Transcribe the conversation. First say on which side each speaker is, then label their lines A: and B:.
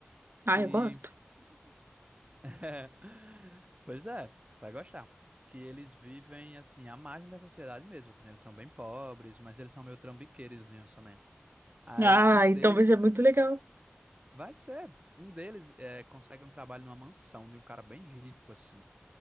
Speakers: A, on the right; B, on the right.
A: que,
B: Ah, eu gosto.
A: <laughs> pois é, vai gostar. Que eles vivem assim à margem da sociedade mesmo. Assim, eles são bem pobres, mas eles são meio trambiqueirozinhos também. Aí
B: Ah,
A: um deles
B: então vai ser
A: co-
B: muito legal.
A: vai ser, um deles é, consegue um trabalho numa mansão de um cara bem rico assim.